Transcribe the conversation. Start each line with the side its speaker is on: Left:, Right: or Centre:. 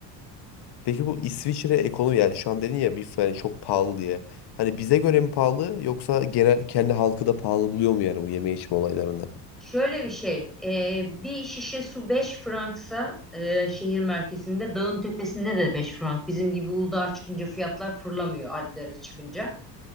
Left: Peki bu İsviçre ekonomi yani şu an dedin ya bir falan çok pahalı diye. Hani bize göre mi pahalı yoksa genel kendi halkı da pahalı buluyor mu yani bu yeme içme olaylarını?
Centre: Şöyle bir şey, e, bir şişe su 5 franksa e, şehir merkezinde, dağın tepesinde de 5 frank. Bizim gibi Uludağ'a çıkınca fiyatlar fırlamıyor Alplere çıkınca.